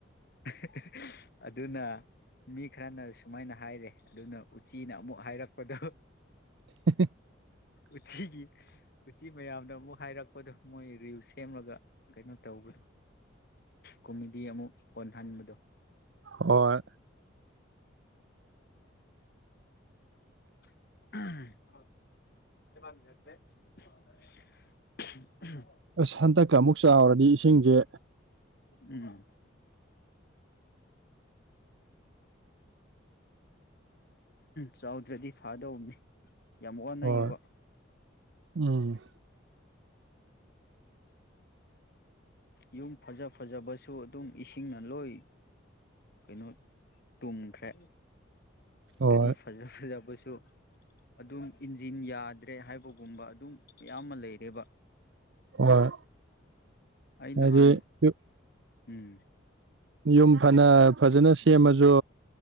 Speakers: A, on the left; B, on the right.
A: <unintelligible> ꯑꯗꯨꯅ ꯃꯤ ꯈꯔꯅ ꯁꯨꯃꯥꯏꯅ ꯍꯥꯏꯔꯦ ꯑꯗꯨꯅ ꯎꯆꯤꯅ ꯑꯃꯨꯛ ꯍꯥꯏꯔꯛꯄꯗꯣ
B: <unintelligible>
A: ꯎꯆꯤꯒꯤ ꯎꯆꯤ ꯃꯌꯥꯝꯗ ꯑꯃꯨꯛ ꯍꯥꯏꯔꯛꯄꯗꯣ ꯃꯣꯏ ꯔꯤꯜꯁ ꯁꯦꯝꯂꯒ ꯀꯩꯅꯣ ꯇꯧꯕꯗꯣ ꯀꯣꯃꯦꯗꯤ ꯑꯃꯨꯛ ꯑꯣꯟꯍꯟꯕꯗꯣ
B: ꯍꯣꯏ
A: <unintelligible>
B: ꯑꯁ ꯍꯟꯗꯛꯀ ꯑꯃꯨꯛ ꯆꯥꯎꯔꯗꯤ ꯏꯁꯤꯡꯁꯦ
A: ꯎꯝ ꯆꯥꯎꯗ꯭ꯔꯗꯤ ꯐꯥꯗꯧꯅꯤ ꯌꯥꯝ ꯋꯥꯟꯅꯌꯦꯕ
B: ꯍꯣꯏ ꯎꯝ
A: ꯌꯨꯝ ꯐꯖ ꯐꯖꯕ ꯁꯨ ꯑꯗꯨꯝ ꯏꯁꯤꯡꯅ ꯂꯣꯏ ꯀꯩꯅꯣ ꯇꯨꯝꯈ꯭ꯔꯦ
B: ꯍꯣꯏ
A: ꯒꯥꯔꯤ ꯐꯖ ꯐꯖꯕꯁꯨ ꯑꯗꯨꯝ ꯏꯟꯖꯤꯟ ꯌꯥꯗ꯭ꯔꯦ ꯍꯥꯏꯕ ꯒꯨꯝꯕ ꯑꯗꯨꯝ ꯃꯌꯥꯝ ꯑꯃ ꯂꯩꯔꯦꯕ
B: ꯍꯣꯏ
A: ꯑꯩ
B: ꯍꯥꯏꯗꯤ
A: ꯅꯍꯥꯟ
B: ꯌꯨ
A: ꯎꯝ
B: ꯌꯨꯝ ꯐꯅ ꯐꯖꯅ ꯁꯦꯝꯃꯁꯨ